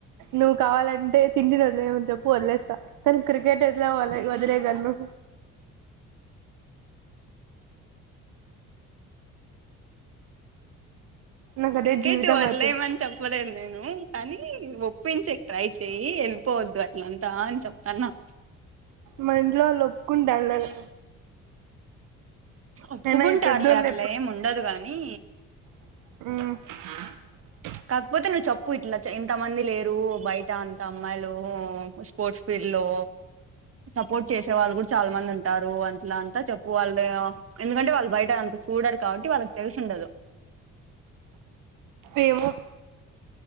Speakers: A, on the right (about 65°); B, on the right (about 40°).
A: నువ్వు కావాలంటే తిండిని వదిలేయమని చెప్పు వదిలేస్ తా కానీ క్రికెట్ ఎట్లా <unintelligible> వదిలేయగలను నాకు
B: క్రికెట్
A: అదే జీవితం
B: వదిలేయమని
A: అయిపోయింది
B: చెప్పలేదు నేను కానీ ఈ ఒప్పించేకి ట్రై చేయి ఎళ్ళిపోవద్దు అట్లంతా అని చెప్తాన్నా
A: మా ఇంట్లో వాళ్ళు ఒప్పుకుంటా లేల్
B: ఒప్పుకుంటారులే
A: అయినా ఈ పెద్దోళ్ళు
B: అట్లా ఏమి ఉండదు గాని
A: ఉమ్
B: కాకపోతే నువ్వు చెప్పు ఇట్లా ఇంత మంది లేరు బయట అంత అమ్మాయిలు స్పోర్ట్స్ ఫీల్డ్. లో సపోర్ట్ చేసే వాళ్ళు కూడా చాలా మంది ఉంటారు అన్ ఇట్లా అంతా చెప్పు వాళ్ళు ఎందుకంటే వాళ్ళు బయట అంత చూడరు కాబట్టి వాళ్ళకి తెలిసి ఉండదు.
A: ఏమో